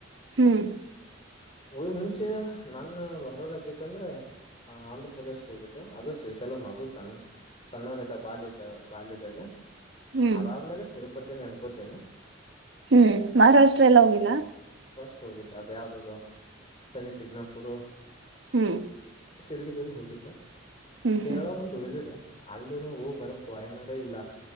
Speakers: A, on the right; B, on the left.
A: ಹ್ಮ್
B: ಊರಿಗ್ ಮುಂಚೆ ನನ್ ಹೊರ ರಾಜ್ಯಕ್ ಅಂದ್ರೆ ಅ ಆಂಧ್ರ ಪ್ರದೇಶ್ ಹೋಗಿದ್ದೊ ಅದು ಶ್ರೀಶೈಲಂ ಅದು ಸಣ್ ಸಣ್ಣವ್ನಿದ್ದಾಗ ಬಾಲ್ಯದ ಬಾಲ್ಯದಲ್ಲಿ
A: ಹ್ಮ್
B: ಅದಾದ್ಮೇಲೆ ತಿರು ಪತಿನೆ ಅನ್ಕೋತೀನಿ.
A: ಹ್ಮ್ ಮಹಾರಾಷ್ಟ್ರ ಎಲ್ಲ ಹೋಗಿಲ್ಲ?
B: ಷ್ಟ ಹೋಗಿದ್ ಅದ್ ಯಾವ್ದದು ಶನಿ ಸಿಗ್ನಾಪುರು
A: ಹ್ಮ್
B: ಶಿರಡಿಗಾದ್ರು ಹೋಗಿದ್ದ?
A: ಹ್ಮ್
B: ಕೇರಳ
A: ಹ್ಮ್
B: ಒಂದು ಉಳಿದಿದೆ. ಅಲ್ಲನು ಹೋಗ್ ಬರ್ಬೇಕು ವಾಯನಾಡ ಇಲ್ಲ